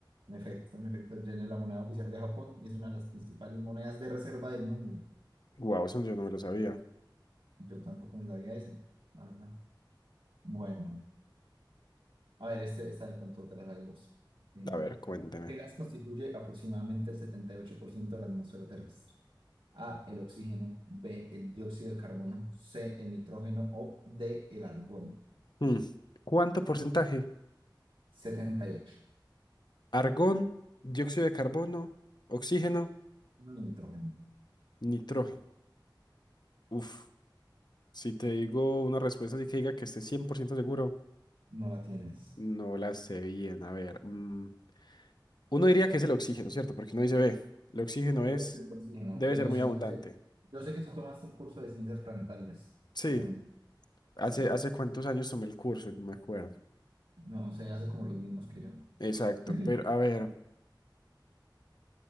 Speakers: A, on the right; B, on the left.
A: En efecto, en efecto, el yen es la moneda oficial de Japón y es una de las principales monedas de reserva del mundo.
B: Wow, eso yo no me lo sabía.
A: Bien. Yo tampoco me sabía ese. Ah, Bueno, a ver, este, esta de pronto te la da el vos. Em,
B: A ver, cuénteme.
A: ¿Qué gas constituye aproximadamente el 78% de la atmósfera terrestre? A, el oxígeno, B, el dióxido de carbono, C, el nitrógeno o D, el argón.
B: Mm, ¿Cuánto porcentaje?
A: Setenta y ocho,
B: Argón, dióxido de carbono, oxígeno,
A: No, nitrógeno.
B: nitrógeno. Uf, si te digo una respuesta así que diga que esté 100% seguro,
A: No la tienes.
B: no la sé bien. A ver, mm, uno diría que es el oxígeno, ¿cierto? Porque uno dice,
A: No.
B: ve, el oxígeno
A: Este
B: es,
A: es el oxígeno.
B: debe
A: Pues
B: ser
A: no
B: muy
A: sé,
B: abundante.
A: no sé. Yo sé que tú tomaste un curso de ciencias planetarias,
B: Sí,
A: por ejemplo.
B: hace,
A: Sí, sí.
B: hace cuántos años tomé el curso, no me acuerdo.
A: No sé, hace como los mismos que yo.
B: Exacto,
A: <laughs>
B: pero a ver,